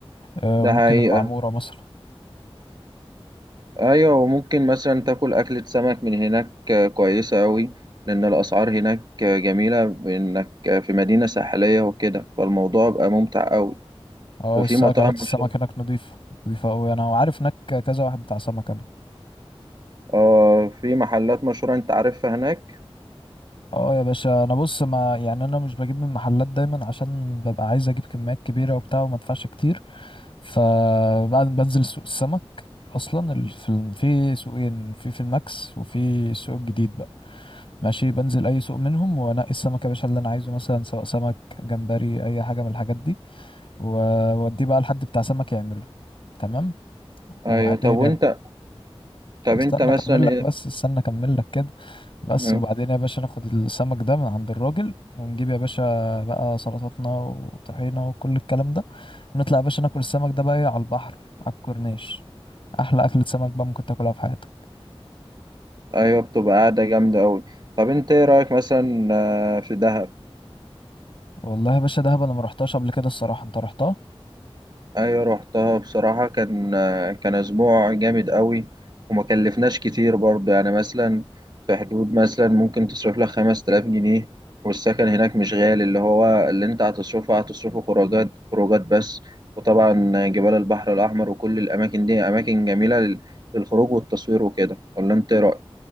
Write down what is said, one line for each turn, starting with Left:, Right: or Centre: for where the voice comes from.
Left: آه،
Right: ده
Left: ممكن
Right: حقيقة
Left: المعمورة مثلا
Right: أيوة وممكن مثلا تاكل أكلة سمك من هناك آه، كويسة قوي لأن الأسعار هناك آه، جميلة بإنك آه، في مدينة ساحلية وكده فالموضوع بقى ممتع قوي
Left: اه
Right: وفي
Left: بس
Right: مطاعم
Left: اكلات السمك
Right: مشهورة
Left: هناك نضيفة نضيفة قوي انا عارف هناك كذا واحد بتاع سمك انا
Right: آه في محلات مشهورة أنت عارفها هناك
Left: اه يا باشا انا بص ما يعني انا مش بجيب من محلات دايما عشان ببقى عايز اجيب كميات كبيرة وبتاع وما ادفعش كتير فبعد ما بنزل سوق السمك اصلا ال- في الم- في سوقين في في الماكس وفي السوق الجديد بقى ماشي بنزل اي سوق منهم وانقي السمك يا باشا اللي انا عايزه مثلا سواء سمك جمبري اي حاجة من الحاجات دي واوديه بقى لحد بتاع سمك يعمله تمام وبعدين
Right: أيوة طب وأنت طب
Left: استنى
Right: أنت مثلا
Left: اكمل لك
Right: إيه
Left: بس استنى اكمل لك كده بس
Right: مم.
Left: وبعدين يا باشا ناخد السمك ده من عند الراجل ونجيب يا باشا بقى سلطاتنا وطحينة وكل الكلام ده ونطلع يا باشا ناكل السمك ده بقى إيه على البحر على الكورنيش احلى اكلة سمك بقى ممكن تاكلها في حياتك
Right: ايوه بتبقى قاعده جامده قوي طب انت ايه رايك مثلا آه، في دهب
Left: والله يا باشا دهب انا ما رحتهاش قبل كده الصراحة انت رحتها
Right: ايوه روحتها بصراحه كان آه، كان اسبوع جامد قوي وما كلفناش كتير برضه يعني مثلا في حدود مثلا ممكن تصرف لك 5000 جنيه والسكن هناك مش غالي اللي هو اللي انت هتصرفه هتصرفه خروجات خروجات بس وطبعا جبال البحر الاحمر وكل الاماكن دي اماكن جميله لل- للخروج والتصوير وكده ولا انت ايه